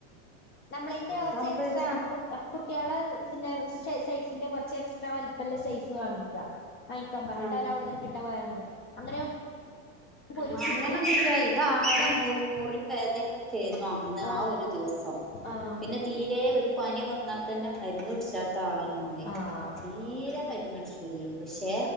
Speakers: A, on the left (about 30°); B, in the centre.
A: നമ്മളിന്റെ കുറച്ച്
B: പമ്പേഴ്സ
A: എക്സ്ട്രാ ആ കുട്ടി ആളുടെ പിന്നെ സൈസിന്റെ കുറച്ച് എക്സ്ട്രാ വലിപ്പല്ലെ സൈസ് വാങ്ങിക്ക <unintelligible> ഇട്ടാ
B: ആ
A: വേറെ ഇണ്ട് അങ്ങനെ ഒരു
B: ആ
A: കുട്ടി
B: അങ്ങനൊ ഒന്നുമല്ല ഇതാകെ
A: ആഹ്
B: മുറി വേദനൊക്കെ ആരുന്നു അന്ന്
A: ഓ
B: ആ ഒരു ദിവസം
A: ആഹ്
B: പിന്നെ തീരെ ഒരു പനി വന്നാൽ തന്നെ മരുന്ന് കുടിച്ചാത്ത ആളാണ് ഓന്
A: ആഹ്
B: തീരെ മരുന്ന് കുടിച്ചൂലെയ്നി പക്ഷേ